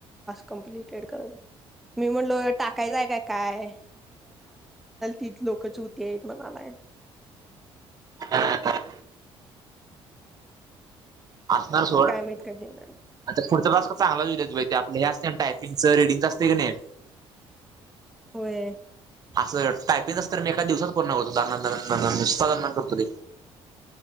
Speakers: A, in the centre; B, on the right.
A: कम्प्लीटेड मी म्हटले टाकायचे काय तीच लोक च होती आहेत म्हणालाय..
B: हा ह आसन सोड
A: काय
B: अच्छा
A: माहित कधी येणार
B: पुढचा टास्क चांगलाच हो आपलं हे असते टायपिंगचं रीडिंगचं असते की नाही.
A: होय
B: असं टायपिंगच तर मी एका दिवसात पूर्ण करतो द करतो ते